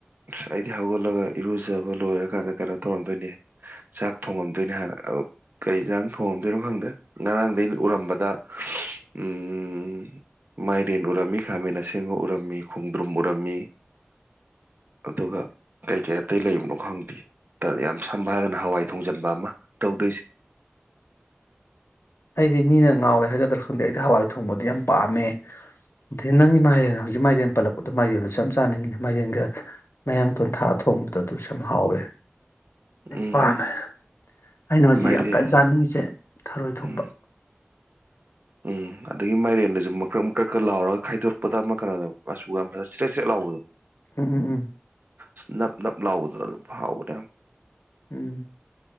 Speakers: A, on the right; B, on the left.
A: ꯑꯁ ꯑꯩꯗꯤ ꯍꯧꯒꯠꯂꯒ ꯏꯔꯨꯖꯕ ꯂꯣꯏꯔꯀꯥꯟꯗ ꯀꯩꯅꯣ ꯇꯧꯔꯝꯗꯣꯏꯅꯤ ꯆꯥꯛ ꯊꯣꯡꯉꯝꯗꯣꯏꯅꯤ ꯍꯥꯟꯅ ꯀꯩ ꯑꯦꯟꯖꯥꯡ ꯊꯣꯡꯉꯝꯗꯣꯏꯅꯣ ꯈꯪꯗꯦ ꯉꯔꯥꯡꯗꯒꯤ ꯎꯔꯝꯕ ꯗ ꯎꯝ ꯎ ꯃꯥꯏꯔꯦꯟ ꯎꯔꯝꯃꯤ ꯈꯥꯃꯦꯟ ꯑꯁꯤꯟꯕ ꯎꯔꯝꯃꯤ ꯈꯣꯡꯗ꯭ꯔꯨꯝ ꯎꯔꯝꯃꯤ ꯑꯗꯨꯒ ꯀꯩꯀꯩ ꯑꯇꯩ ꯂꯩꯕꯅꯣ ꯈꯪꯗꯦ ꯇ ꯌꯥꯝ ꯁꯕ ꯍꯥꯏꯔꯒꯅ ꯍꯋꯥꯏ ꯊꯣꯡꯖꯟꯕ ꯑꯃ ꯇꯧꯗꯣꯏꯁꯦ
B: ꯑꯩꯗꯤ ꯃꯤꯅ ꯉꯥꯎꯋꯦ ꯍꯥꯏꯒꯗ꯭ꯔꯥ ꯈꯪꯗꯦ ꯑꯩꯗꯤ ꯍꯋꯥꯏ ꯊꯣꯡꯕꯗꯤ ꯌꯥꯝ ꯄꯥꯝꯃꯦ ꯑꯗꯩ ꯅꯒꯤ ꯃꯥꯏꯔꯦꯟ ꯍꯧꯖꯤꯛ ꯃꯥꯏꯔꯦꯟ ꯄꯜꯂꯛꯄꯗ ꯃꯥꯏꯔꯦꯟꯗꯨꯁꯨ ꯌꯥꯝ ꯆꯥꯅꯤꯡꯏꯤ ꯃꯥꯏꯔꯦꯟꯒ ꯃꯌꯥꯡꯇꯣꯟ ꯊꯥꯛ ꯑ ꯊꯣꯡꯕꯗ ꯑꯗꯨꯁꯨ ꯌꯥꯝ ꯍꯥꯎꯋꯦ
A: ꯎꯝ
B: ꯄꯥꯝꯃꯦ ꯑꯩꯅ ꯍꯧꯖꯤꯛ
A: ꯃꯥꯏꯔꯦꯟ
B: ꯌꯥꯝ ꯀꯟꯅ ꯆꯥꯅꯤꯡꯉꯤꯁꯦ ꯊꯔꯣꯏ ꯊꯣꯡꯕ
A: ꯎꯝ ꯎꯝ ꯑꯗꯒꯤ ꯃꯥꯏꯔꯦꯟꯗꯁꯨ ꯃꯀ꯭ꯔꯛ ꯃꯀ꯭ꯔꯛꯀ ꯂꯥꯎꯔꯒ ꯈꯥꯏꯗꯣꯔꯛꯄꯗ ꯑꯃ ꯀꯩꯅꯣꯗ ꯃꯆꯨꯒ ꯌꯥꯝ ꯐꯖꯅ ꯆꯔꯦꯠ ꯆꯔꯦꯠ ꯂꯥꯎꯕꯗꯣ
B: ꯎꯝ ꯎꯝ ꯎꯝ
A: ꯑ ꯅꯞ ꯅꯞ ꯂꯥꯎꯕꯗ ꯑꯗꯨꯝ ꯍꯥꯎꯕꯅꯦ
B: ꯎꯝ